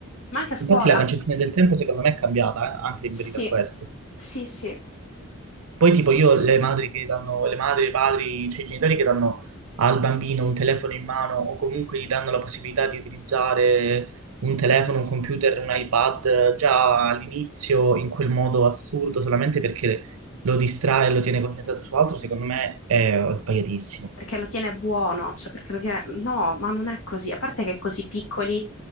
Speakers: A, on the left; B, on the right.
A: Ma anche a scuola.
B: Infatti la concezione del tempo secondo me è cambiata, eh, anche
A: Sì,
B: in merito a questo.
A: sì, sì.
B: Poi tipo
A: Vabbè,
B: io le madri che danno, le madri, i padri, cioè i genitori che danno al bambino un telefono in mano o comunque gli danno la possibilità di utilizzare un telefono, un computer, un iPad eh, già all'inizio in quel modo assurdo solamente perché lo distrae e lo tiene concentrato su altro, secondo me è sbagliatissimo.
A: Perché lo tiene buono, cioè perché lo tiene... No, ma non è così. A parte che così piccoli